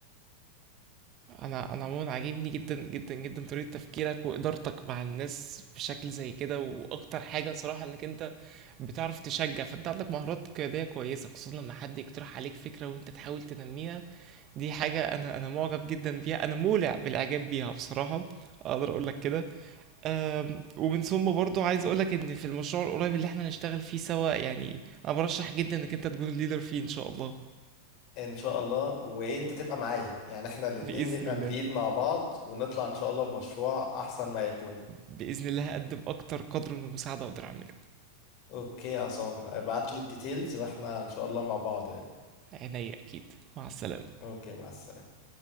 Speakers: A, on the right; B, on the left.
A: انا انا عموما عاجبني جدا جدا جدا طريقة تفكيرك وإدارتك مع الناس بشكل زي كده واكتر حاجة صراحة انك انت بتعرف تشجع فانت عندك مهارات قيادية كويسة خصوصا لما حد يقترح عليك فكرة وانت تحاول تنميها دي حاجة انا انا معجب جدا بيها انا مولع بالاعجاب بيها بصراحة اقدر اقول لك كده أم، ومن ثم برضو عايز اقولك ان في المشروع القريب اللي احنا هنشتغل فيه سوا يعني انا برشح جدا انك انت تكون الليدر فيه ان شاء الله
B: ان شاء الله وانت تبقى معايا يعني احنا الاتنين
A: باذن
B: نبقى
A: الله
B: نليد مع بعض ونطلع ان شاء الله بمشروع احسن ما يكون
A: باذن الله هقدم اكتر قدر من المساعده اقدر اعمله
B: اوكي يا عصام ابعت لي الديتيلز واحنا ان شاء الله مع بعض يعني
A: عينيا اكيد مع السلامه
B: اوكي مع السلامة